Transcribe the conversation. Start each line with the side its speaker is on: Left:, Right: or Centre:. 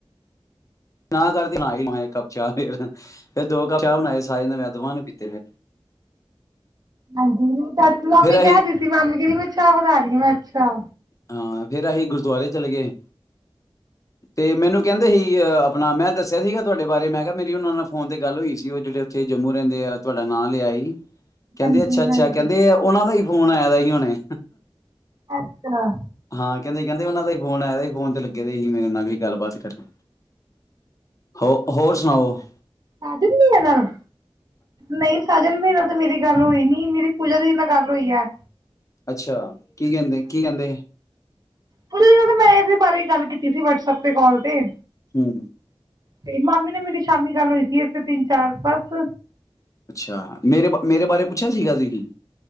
Left: ਨਾ ਕਰਤੀ <unintelligible> ਫਿਰ ਫਿਰ ਦੋ ਕਪ ਚਾਹ ਬਣਾਏ ਸਾਜਨ ਨੇ ਮੈਂ ਦੋਹਾਂ ਨੇ ਪੀਤੇ ਫਿਰ
Right: ਹਾਂਜੀ ਚਾਚੀ ਮਾਮੀ
Left: ਫੇਰ ਅਸੀਂ
Right: ਕਹਿਦੀ ਸੀ ਮਾਮੀ ਕੇਹਂਦੀ ਮੈਂ ਚਾਹ ਬਣਾ ਰਹੀ ਮੈਂ ਅੱਛਾ
Left: ਹਾਂ ਫਿਰ ਅਸੀਂ ਗੁਰਦੁਆਰੇ ਚਲੇ ਗਏ ਤੇ ਮੈਨੂੰ ਕਹਿੰਦੇ ਸੀ ਆਪਣਾ ਮੈਂ ਦੱਸਿਆ ਸੀਗਾ ਤੁਹਾਡੇ ਬਾਰੇ ਮੈਂ ਕਿਹਾ ਮੇਰੀ ਉਹਨਾਂ ਨਾਲ ਫੋਨ ਤੇ ਗੱਲ ਹੋਈ ਸੀ ਉਹ ਜਿਹੜੇ ਉੱਥੇ ਜੰਮੂ ਰਹਿੰਦੇ ਆ ਤੁਹਾਡਾ ਨਾਂ ਲਿਆ ਸੀ ਕਹਿੰਦੇ
Right: ਹਾਂਜੀ
Left: ਅੱਛਾ ਅੱਛਾ
Right: ਹਾਂਜੀ
Left: ਕਹਿੰਦੇ ਉਹਨਾਂ ਦਾ ਹੀ ਫੋਨ ਆਇਆ ਦਾ ਸੀ ਹੁਣੇ
Right: ਅੱਛਾ
Left: ਹਾਂ ਕਹਿੰਦੇ ਕਹਿੰਦੇ ਉਹਨਾਂ ਦਾ ਫੋਨ ਆ ਸੀ ਫੋਨ ਤੇ ਲੱਗੇ ਦੇ ਸੀ ਮੇਰੇ ਨਾਲ ਗੱਲਬਾਤ ਕਰਨ ਹੋ ਹੋਰ ਸੁਣਾਓ?
Right: ਸਾਜਨ ਜੀ ਹੁਣਾ ਨਾਲ? ਨਹੀਂ ਸਾਜਨ ਵੀ ਨਾਲ ਤੇ ਮੇਰੀ ਗੱਲ ਹੋਈ ਨਹੀਂ। ਮੇਰੀ ਪੂਜਾ ਦੀ ਨਾਲ ਗੱਲ ਹੋਈ ਐ।
Left: ਅੱਛਾ ਕੀ ਕਹਿੰਦੇ ਕੀ ਕਹਿੰਦੇ?
Right: <unintelligible> ਮੈਂ ਇਹਦੇ ਬਾਰੇ ਗੱਲ ਕੀਤੀ ਸੀ ਵਟਸਪ ਤੇ ਕਾਲ ਤੇ।
Left: ਹੂੰ।
Right: ਤੇ ਮਾਮੀ ਨੇ ਮੇਰੀ ਸ਼ਾਮੀ ਗੱਲ ਹੋਈ ਸੀ ਇਥੇ ਤਿੰਨ ਚਾਰ ਬਸ।
Left: ਅੱਛਾ, ਮੇਰੇ ਮੇਰੇ ਬਾਰੇ ਪੁੱਛਿਆ ਸੀਗਾ ਸੀ।